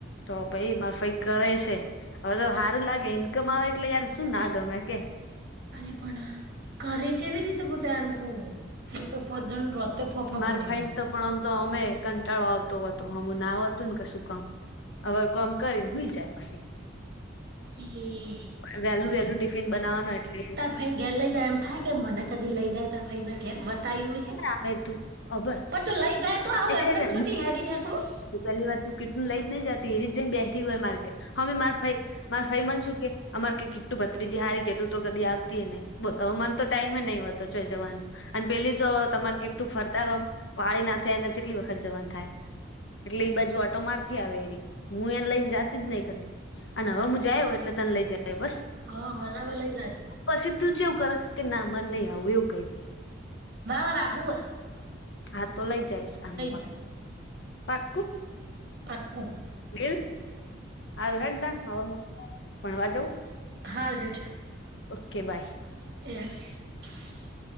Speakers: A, on the left (about 70°); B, on the right (about 55°).
A: તો પાઈ મારફાઈ કરે છે હવે તો સારું લાગે ઈન્કમ આવે એટલે યાર શું ના ગમે કે.
B: અરે પણ કરી જેવી રીતે હું તો એમ કહું. હું તો ભજન રતે ફોફા
A: માર
B: પડી
A: ફઈને
B: જાય.
A: તો પણ આમ તો અમે કંટાળો આવતો હતો હમું ના હતું ને કશું કામ. હવે કોમ કરીને હુઈ જાય પછી.
B: એ
A: વેલું વેલું ટિફિન બનાવાનું એટલે
B: ફઈ ઘેર લઇ જાય એમ થાય કે મને કદી લઈ જાય તો ફને ઘેર બતાય્યું હે.
A: આવે તું અભણ
B: પણ તું લઈ જાય તો આવું
A: એક
B: એમને
A: સેકન્ડ
B: એમ <unintelligible> હેરી દેખડું.
A: પેલી વાત હું કીટન લઈ જ નઈ જતી એ ર જઈ બેઠી હોય માર્કેટ હમે માર ફઈ મારે ફાઈ મનશું કે અમારે કે કીટું ભત્રીજી સારી કે તું તો કદી આવતીય નહી. બોલો હવે મન તો ટાઈમેમ નહી હોતો જો જવાનું. અને પેલી તો તમારે કેટલું ફરતા રોમ વાળી ના થાય એને કેટલી વખત જવાનું થાય. એટલે એઈ બાજુ ઓટો મારતી આવે એ હું એને લઈને જાતી જ નહી કદી. અને હવે હું જાય એટલે તને લઇ જાય બસ.
B: હા મને હવે લઈ જાજે.
A: પછી તું ચાવું કરે કે ના માર નહી આવું એવું કહી દે.
B: નવરા <unintelligible>
A: હા તો લઈ જાયશ આ
B: જાજે
A: પાકુ -
B: પાકુ -
A: બીલ સારું હે ત હ ભણવા જવ-
B: હારભેટ-
A: ઓકે બાય-
B: એયા-